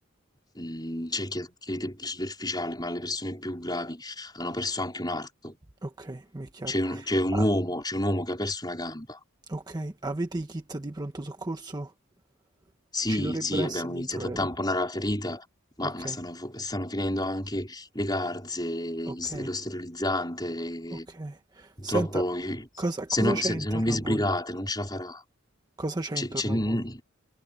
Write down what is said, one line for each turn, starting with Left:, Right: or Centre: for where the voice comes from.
Left: mhmm, c'è chi ha crede più superficiali, ma le persone più gravi hanno perso anche un arto.
Right: Ok, mi è chiaro.
Left: C'è un c'è un
Right: Ah,
Left: uomo c'è un uomo che ha perso una gamba.
Right: ok, avete i kit di pronto soccorso?
Left: Sì,
Right: Ci dovrebbero
Left: sì, abbiamo
Right: essere dentro
Left: iniziato
Right: l'aereo.
Left: a tamponare la ferita, ma
Right: Ok,
Left: ma stanno fu stanno finendo anche le garze, gli
Right: ok,
Left: s lo sterilizzante,
Right: ok.
Left: purtroppo
Right: Senta,
Left: i
Right: cosa,
Left: se
Right: cosa
Left: no
Right: c'è
Left: se
Right: intorno
Left: se non vi sbrigate
Right: a voi?
Left: non ce la farà.
Right: Cosa c'è
Left: C'è
Right: intorno
Left: c'è n
Right: a voi?